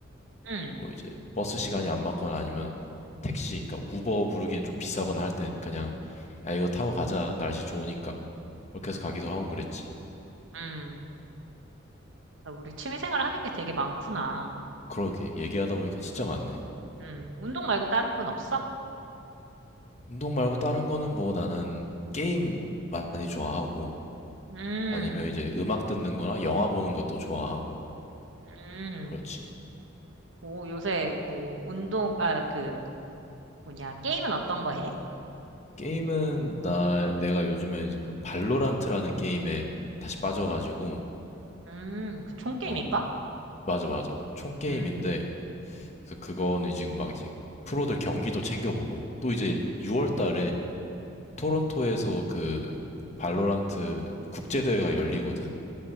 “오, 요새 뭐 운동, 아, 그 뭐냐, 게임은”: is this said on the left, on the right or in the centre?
Right